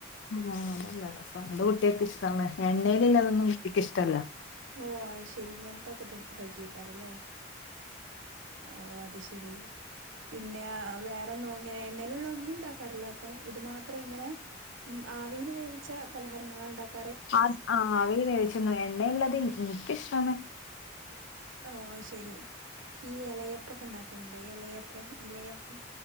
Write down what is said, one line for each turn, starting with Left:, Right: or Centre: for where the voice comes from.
Left: ആ അത് നല്ല രസ അത് കുട്ടികൊക്കെ ഇഷ്ടേ എണ്ണയിൽന്ന അതൊന്നും കുട്ടിക്കക്ക് ഇഷ്ടല്ല
Right: ഓ ശെരി ഇങ്ങനത്തൊക്കെ കഴ കഴക്കാറല്ലേ ഓ അത് ശെരി പിന്നെ വേറെന്നും ഇങ്ങനെ എണ്ണേയിലുള്ള ഒന്നും ഉണ്ടാക്കാറില്ല അപ്പൊ ഇത് മാത്രം ഇങ്ങനെ ആവിയിൽ വേവിച്ച പലഹാരങ്ങള ഉണ്ടാക്ക
Left: ആ ആ അവയി വേവിച്ചന്നു എണ്ണയില്ലാത് എനിക്കിഷ്ടന്ന
Right: ഓ ശരി ഈ ഇലയപ്പൊക്കെണ്ടാക്കുന്നുണ്ട് ഇലയപ്പ ഇലയപ്പ